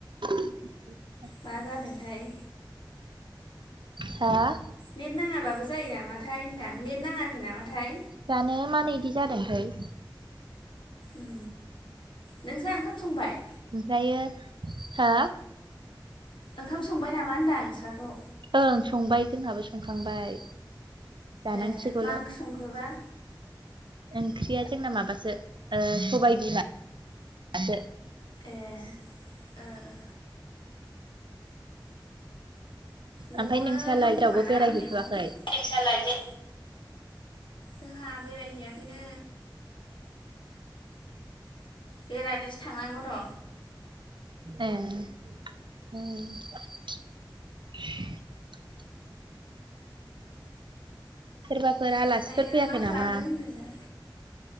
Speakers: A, on the right; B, on the left.
A: <inaudible>
B: मा जादोंथाय?
A: हा?
B: नेट नाङाबाबो जायो नामाथाय होनदां। नेट नाङाखै नामाथाय
A: जानो मानो इदि जादोंथाय।
B: उम नोंसा ओंखाम संबाय?
A: ओमफायो हा
B: ओंखाम संबाय नामा होनदां नोंस्राखौ?
A: ओं संबाय जोंहाबो संखांबाय। जानांसिगौल'
B: एह मा ओंख्रि संखोबा?
A: ओंख्रिया जोंना माबासो ओ सबाय बिमा सो।
B: ए ओ ओ न'आवनो
A: ओमफ्राय नोंसालाय
B: दंखोमा
A: जेरावबो
B: ना
A: बेरायहैथ'वाखै
B: मैगं? नोंसालाय बे जोंहा बेरायहैयाखैनो। बेरायनोसो थांनांगौ र'।
A: एह उम <inaudible> सोरबाफोर आलासिफोर
B: ओमफ्रायो
A: फैयाखै
B: मा खालामदों
A: नामा?
B: होनदोंनो